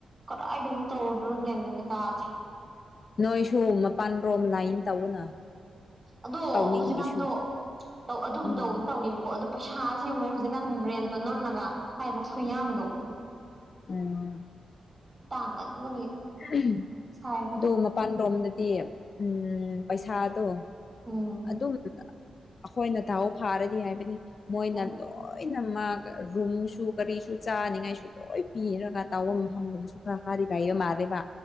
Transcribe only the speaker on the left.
ꯅꯣꯏꯁꯨ ꯃꯄꯥꯜ ꯔꯣꯝ ꯂꯥꯏꯟ ꯇꯧꯅ
ꯇꯧꯅꯤꯡꯗ꯭ꯔꯁꯨ
ꯎꯝ
ꯎꯝ
ꯎꯝ
ꯑꯗꯨ ꯃꯄꯥꯜ ꯔꯣꯝꯗꯗꯤ ꯎꯝ ꯄꯩꯁꯥꯗꯣ
ꯑꯗꯨꯝ ꯑꯩꯈꯣꯏꯅ ꯗꯥꯥꯎ ꯐꯥꯔꯗꯤ ꯍꯥꯏꯕꯅꯤ ꯃꯣꯏꯅ
ꯂꯣꯏ ꯂꯣꯏꯅꯃꯛ ꯔꯨꯝꯁꯨ ꯀꯔꯤꯁꯨ ꯆꯥꯅꯤꯡꯉꯥꯏꯁꯨ ꯂꯣꯏ ꯄꯤꯔꯒ ꯇꯥꯎꯕ ꯃꯐꯝ ꯃꯐꯝꯁꯨ ꯈꯔ ꯍꯥꯏꯔꯤ ꯂꯩꯕ ꯃꯥꯜꯂꯦꯕ